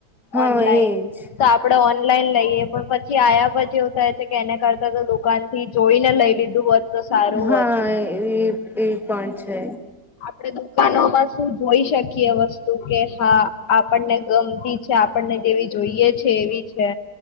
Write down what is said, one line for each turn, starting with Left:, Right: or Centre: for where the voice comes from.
Centre: હા
Left: ઓનલાઈન
Centre: એજ
Left: તો આપડે ઓનલાઈન લઈએ પણ પછી આ્યા પછી એવું થાય છે કે એને કરતા તો દુકાન થી જોઈને લઈ લીધું હોત તો સારું
Centre: હા
Left: હોતું.
Centre: એ એ પણ છે
Left: આપ દુકાનોમાં શું જોઈ શકીએ વસ્તુ કે હા આપણને ગમતી આપણને જેવી જોઈએ છે એવી છે